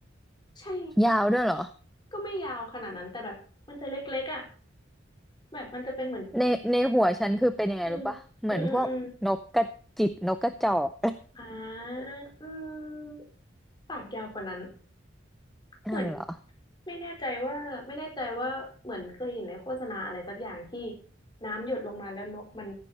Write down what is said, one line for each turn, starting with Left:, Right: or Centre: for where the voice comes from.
Left: ใช่
Centre: ยาวด้วยเหรอ
Left: ก็ไม่ยาวขนาดนั้นแต่แบบมันจะเล็กๆอ่ะแบบมันจะเป็นเหมือน
Centre: ในในหัวฉันคือเป็นยังไงรู้ปะเหมือนพวกนกกระจิบนกกระจอก
Left: อืมอืมอืมอืมอ่าอืมปากยาวกว่านั้น
Centre: <laughs>
Left: เหมือน
Centre: นั่นเหรอ
Left: ไม่แน่ใจว่าไม่แน่ใจว่าเหมือนเคยเห็นในโฆษณาอะไรสักอย่างที่น้ำหยดลงมาแล้วนกมัน